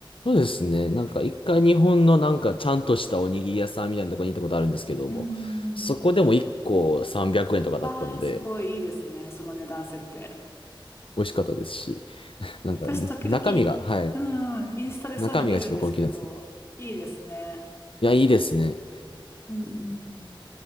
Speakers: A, on the left (about 80°); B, on the left (about 30°).
A: そうですね。なんか一回日本のなんかちゃんとしたおにぎり屋さんみたいなところに行ったことあるんですけども、
B: <laughs> うんうんうん。
A: そこでも一個300円とかだったので、
B: わあ、すごいいいですね、その値段設定。
A: 美味しかったですし、なんか中身が、
B: 私時々、
A: はい。
B: うんうん、インスタでそういうの見るんですけど、
A: 中身がちょっと高級なんですね。
B: いいですね。
A: いや、いいですね。
B: うん。